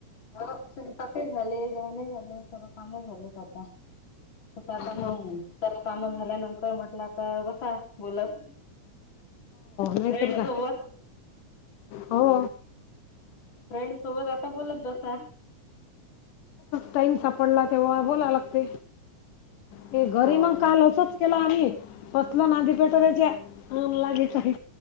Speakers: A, on the left; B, on the left.
A: हो स्वयंपाक झाले जेवण झाले सर्व काम झाले आता. आता मग
B: हो
A: तर काम झाल्यानंतर म्हटलं का बसा बोलत.
B: नाहीतर
A: फ्रेंड
B: काय
A: सोबत.
B: हो.
A: फ्रेंड सोबत आता बोलत बसा.
B: टाईम सापडला तेव्हा बोला लागते. हे घरी
A: हो
B: मग
A: मी
B: काल
A: तर
B: असच केला आम्ही फसल नांद पेठ आणगे काही